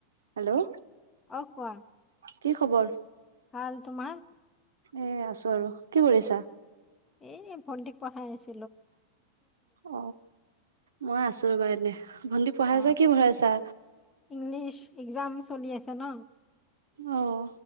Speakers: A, on the right; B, on the left.
A: হেল্ল'
B: অ কোৱা
A: কি খবৰ
B: ভাল তোমাৰ
A: এ আছো আৰু কি কৰিছা
B: এই ভণ্টিক পঢ়াই আছি
A: অ মই আছো ৰ'বা এনে ভন্টিক পঢ়াই
B: অ
A: আছা কি পঢ়াই আছা
B: ইংলিছ এক্জাম চলি আছে ন
A: অহ